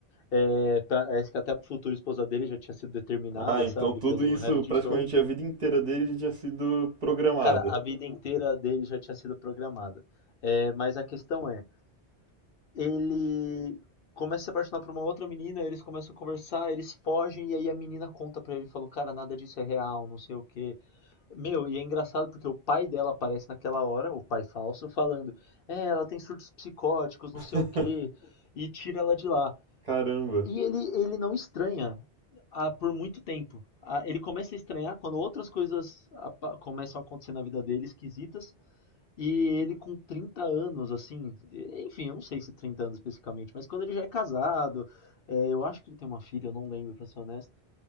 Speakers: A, on the left; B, on the right.
A: É, pra- que até a futura esposa dele já tinha sido determinada,
B: Ah, então
A: sabe,
B: tudo
A: pelo
B: isso,
A: reality
B: praticamente
A: show.
B: a vida inteira dele já tinha sido programada.
A: Cara, a vida inteira dele já tinha sido programada. É, mas a questão é, ele começa a se apaixonar por uma outra menina, eles começam a conversar, eles fogem, e aí a menina conta pra ele, falou, cara, nada disso é real, não sei o quê. Meu, e é engraçado porque o pai dela aparece naquela hora, o pai falso, falando, é, ela tem surtos psicóticos,
B: <laughs>
A: não sei o quê, e tira ela de lá.
B: Caramba.
A: E ele, ele não estranha ah, por muito tempo. Ah, ele começa a estranhar quando outras coisas apa- começam a acontecer na vida dele, esquisitas, e ele com 30 anos, assim, e- enfim, eu não sei se 30 anos especificamente, mas quando ele já é casado, é, eu acho que ele tem uma filha, eu não lembro, pra ser honesto,